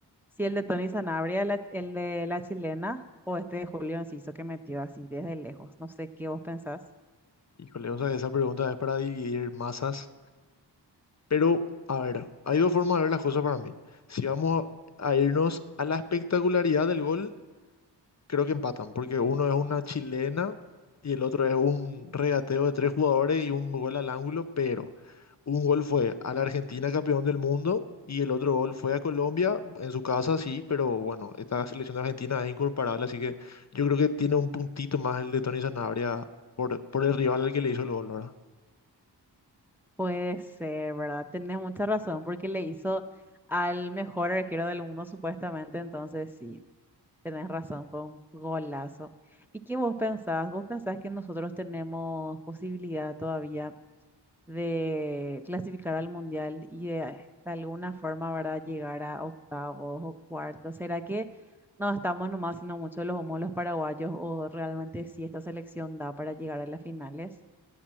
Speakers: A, in the centre; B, on the left (about 40°).
A: si el de Tony Sanabria, la- el de la chilena, o este de Julio Enciso que metió así desde lejos. No sé qué vos pensás.
B: Híjole, o sea, esa pregunta es para dividir masas, pero a ver, hay dos formas de ver las cosas para mí. Si vamos a irnos a la espectacularidad del gol Creo que empatan, porque uno es una chilena y el otro es un regateo de tres jugadores y un gol al ángulo, pero un gol fue a la Argentina campeón del mundo y el otro gol fue a Colombia, en su casa sí, pero bueno, esta selección de Argentina es incomparable, así que yo creo que tiene un puntito más el de Tony Sanabria por, por el rival al que le hizo el gol, ¿verdad?
A: Puede ser, ¿verdad? Tenés mucha razón, porque le hizo al mejor arquero del mundo, supuestamente. Entonces, sí, Tenés razón, fue un golazo. ¿Y qué vos pensás? ¿Vos pensás que nosotros tenemos posibilidad todavía de clasificar al mundial y de, de alguna forma, ¿verdad?, llegar a octavos o cuartos. ¿Será que no estamos nomás haciendo mucho los humos los paraguayos o realmente sí esta selección da para llegar a las finales?